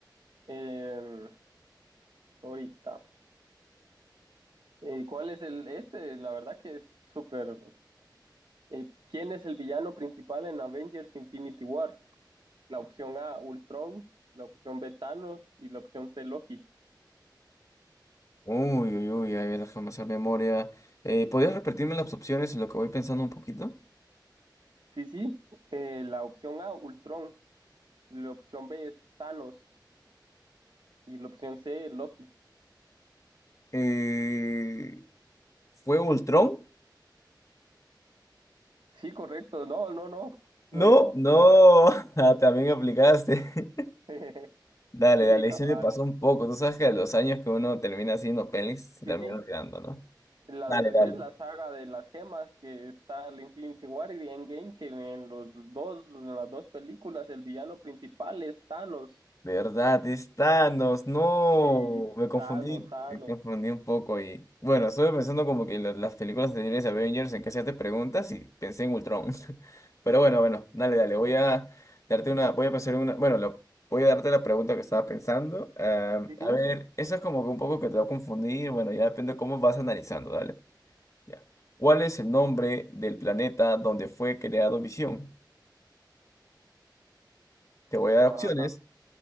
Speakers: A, on the right; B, on the left.
A: Em, ahorita. Eh, ¿cuál es el este? La verdad que es súper. eh, ¿quién es el villano principal en Avengers Infinity War? La opción A, Ultron. La opción B, Thanos. Y la opción C, Loki.
B: Uy, uy, uy, ahí déjame hacer memoria. Eh, ¿podrías repetirme las opciones en lo que voy pensando un poquito?
A: Sí, sí. eh, la opción A, Ultron. La opción B es Thanos. Y la opción C, Loki.
B: Eh, ¿fue Ultron?
A: Sí, correcto. No, no, no. No,
B: No,
A: no.
B: no,
A: la-
B: <laughs> ah, también aplicaste. <laughs>
A: <laughs>
B: Dale,
A: Sí,
B: dale,
A: cabal.
B: y se me pasó un poco. Tú sabes que a los años que uno termina haciendo pelis se
A: Sí,
B: termina
A: sí.
B: olvidando, ¿no?
A: La,
B: Dale, dale.
A: es la saga de las gemas que está el Infinity War y Endgame, que en los dos, en las dos películas, el villano principal es Thanos.
B: ¿Verdad? Es Thanos, no.
A: Sí,
B: Me confundí,
A: Thanos, Thanos.
B: me confundí un poco y. Bueno, estuve pensando como que la- las películas anteriores de Avengers en que hacías preguntas y pensé en Ultron. <laughs> Pero bueno, bueno, dale, dale. Voy a darte una. Voy a pasar una. Bueno, la- voy a darte la pregunta que estaba pensando. Ah,
A: Sí,
B: a
A: sí.
B: ver, eso es como que un poco que te va a confundir. Bueno, ya depende de cómo vas analizando, dale. Ya. ¿Cuál es el nombre del planeta donde fue creado Visión? Te voy a dar opciones.
A: Ajá.